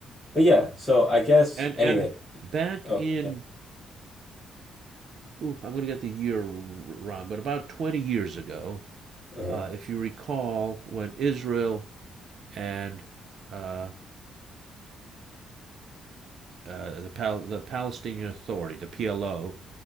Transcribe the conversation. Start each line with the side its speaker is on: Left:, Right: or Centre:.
Left: But yeah, so I guess
Right: and and
Left: anyway.
Right: back
Left: Oh
Right: in,
Left: yeah.
Right: ooh, I'm going to get the year wrong, but about 20 years ago,
Left: Uh-huh.
Right: uh, if you recall, when Israel and uh, uh, the Pal- the Palestinian Authority, the PLO,